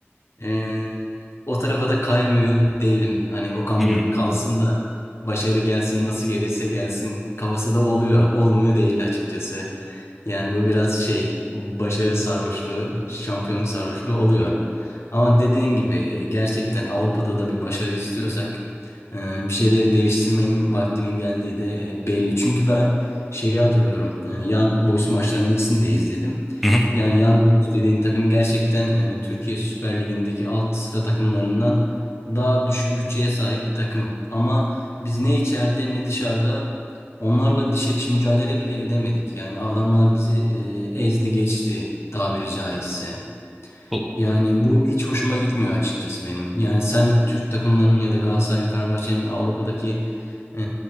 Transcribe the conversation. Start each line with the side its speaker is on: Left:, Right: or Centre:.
Left: ee, o tarafa da kaymıyor değilim. Hani Okan
Centre: Hmm.
Left: Buruk kalsın da başarı gelsin nasıl gelirse gelsin kafası da oluyor. Olmuyor değil açıkçası. Yani bu biraz şey başarı sarhoşluğu, şampiyonluk sarhoşluğu oluyor. Ama dediğin gibi e, gerçekten Avrupa'da da bir başarı istiyorsak e, bir şeyleri değiştirmenin vaktinin geldiği de e, belli. Çünkü ben şeyi hatırlıyorum. E, Young Boys maçlarının ikisini de izledim.
Centre: Hı hı.
Left: Yani Young Boys dediğin takım gerçekten e, Türkiye Süper Ligi'ndeki alt sıra takımlarından daha düşük bütçeye sahip bir takım. Ama biz ne içeride ne dışarıda onlarla dişe diş mücadele bile edemedik. Yani adamlar bizi e, ezdi geçti tabiri caizse.
Centre: O-
Left: Yani bu hiç hoşuma gitmiyor açıkçası benim. Yani sen Türk takımlarının ya da Galatasaray'ın, Fenerbahçe'nin Avrupa'daki e,